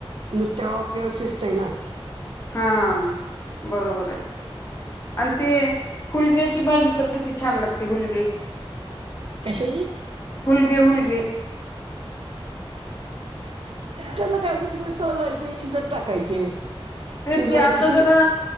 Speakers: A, on the right (about 65°); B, on the left (about 25°).
A: नुसत्या वाफेवर शिस्तय ना.
B: हां, बरोबर आहे. आणि ते हुलग्याची भाजी तर किती छान लागते, हुलगे.
A: कशाची?
B: हुलगे, हुलगे.
A: त्याला काय हूलगे सोलायचे, शिजत टाकायचे.
B: तेच
A: शिजवायचे
B: की आता
A: शि
B: जरा